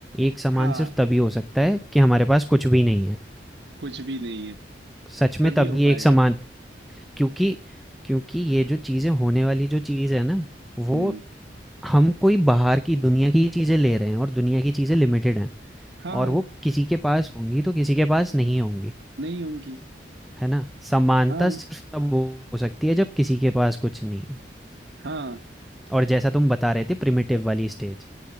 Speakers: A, in the centre; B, on the right.
A: एक समान
B: हाँ
A: सिर्फ तभी हो सकता है कि हमारे पास कुछ भी नहीं है
B: कुछ भी नहीं है
A: सच में
B: तभी
A: तभी
B: हो पाएगा
A: एक समान क्योंकि क्योंकि ये जो चीजें होने वाली जो चीज है ना वो
B: हम्म
A: हम कोई बाहर की दुनिया की चीज़ें ले रहे हैं और दुनिया की चीज़ें लिमिटेड हैं
B: हाँ
A: और वो किसी के पास होंगी तो किसी के पास नहीं होंगी
B: नहीं होंगी
A: है ना समानता
B: हाँ
A: सिर्फ तब हो हो सकती है जब किसी के पास कुछ नहीं है
B: हाँ
A: और जैसा तुम बता रहे थे प्रिमिटिव वाली स्टेज